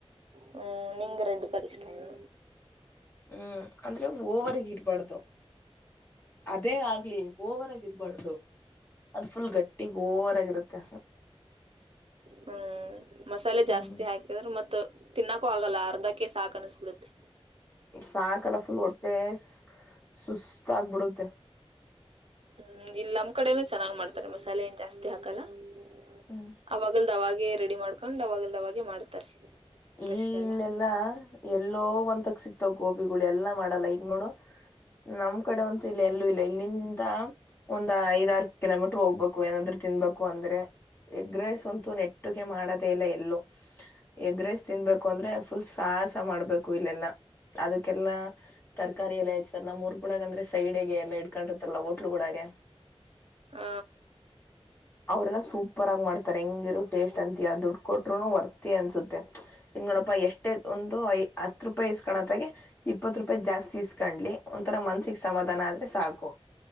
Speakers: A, on the right (about 60°); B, on the left (about 20°).
A: ಹ್ಮ್ ನಿಂಗ ರೆಡ್ ಕರ್ ಇಷ್ಟ ನ
B: ಹ್ಮ್ ಅಂದ್ರೆ ಓವರ್ಗ ಇರ್ಬಾರ್ದು ಅದೇ ಆಗ್ಲಿ ಓವರಗ ಇರ್ಬಾರ್ದು ಅದು್ ಫುಲ್ ಗಟ್ಟಿ ಹೋರಾಗಿರುತ್ತೆ
A: ಹ್ಮ್ ಮಸಾಲೆ
B: ಹ್ಮ್
A: ಜಾಸ್ತಿ ಹಾಕಿದ್ರೆ ಮತ್ತ ತಿನ್ನಕ್ಕೂ ಆಗಲ್ಲ ಅದಕ್ಕೆ ಸಾಕ ಅನಸ್್ಬಿಡುತ್ತೆ
B: ಸಕಾಲ ಫುಲ್ ಹೊಟ್ಟೆ ಸುಸ್ತಾಗಬಿಡುತ್ತೆ
A: ಹ್ಮ ಇಲ್ ನಮ್ಮ್ ಕಡೆನ ಚೆನ್ನ್ ಮಾಡ್ತಾರೆ ಮಸಾಲೆ ಏನ್ ಜಾಸ್ತಿ ಹಾಕಲ್ಲ ಹ್ಮ
B: ಹ್ಮ್
A: ಅವವಾಗ ಅವವಾಗೆ ರೆಡಿ ಮಾಡ್ಕೊಂಡ್ ಅವಾಗೆಲ್ಲ ಅವವಾಗೆ ಮಾಡ್ತಾರೆ ಫ್ರೆಶ್
B: ಈ
A: ಎಲ್ಲ.
B: ಇಲ್ಲೆಲ್ಲ ಎಲ್ಲೋ ಒಂತಕ್ ಸಿಕ್ತಾವ ಗೋಬಿಗಳು ಎಲ್ಲಾ ಮಾಡಲ್ಲ ಈಗ್ ನೋಡು ನಮ್ ಕಡೆ ಒಂತೂ ಇಲ್ಲಿ ಎಲ್ಲೂ ಇಲ್ಲ ಇಲ್ಲಿಂದ ಒಂದ ಐದರು ಕಿಲೋಮೀಟ್ರ ಹೋಗ್ಬೇಕು ಏನಾದ್ರು ತಿನ್ಬೇಕು ಅಂದ್ರೆ ಎಗ್ರೈಸ್ ಅಂತೂ ನೆಟ್ಟಗೆ ಮಾಡದೇ ಇಲ್ಲ ಎಲ್ಲೂ ಎಗ್ರೈಸ್ ತಿನ್ಬೇಕು ಅಂದ್ರೆ ಫುಲ್ ಸಾಹಸ ಮಾಡ್ಬೇಕು ಇಲ್ಲೆಲ್ಲಾ ಅದಕ್ಕೆಲ್ಲಾ ತರಕಾರಿ ಎಲ್ಲ ಸರ್ ನಮ್ಮ್ಊರ್ಗೂಡಳ ಅಂದ್ರೆ ಸೈಡ್ಗೆ ಎಲ್ಲಾ ಇಡ್ಕೊಂಡಿರ್ತಲ್ಲ ಹೋಟ್ಲ್ಗಳುಳಾಗ
A: ಹ
B: ಅವ್ರಲ್ಲ ಸೂಪರ್ ಆಗ ಮಾಡತ ಹೆಂಗಿರುೋ ಟೇಸ್ಟ್ ಅಂತ ದುಡ್ಡು ಕೊಟ್್ರರುನು ವರ್ತಿ ಅನ್ಸುತ್ತೆ ಇಂಗಪ್ಪ ಎಷ್ಟ ಒಂದು ಐ ಹತ್ರೂ ಸ್ಕಣತ್ತೆ ಇಪ್ಪತ್ತು ರೂಪಾಯಿ ಜಾಸ್ತಿ ಇಸ್ಕೊಂಡ್ಲಿ ಒಂಥರ ಮನ್ಸಿಗೆ ಸಮಾಧಾನ ಆದ್ರೆ ಸಾಕು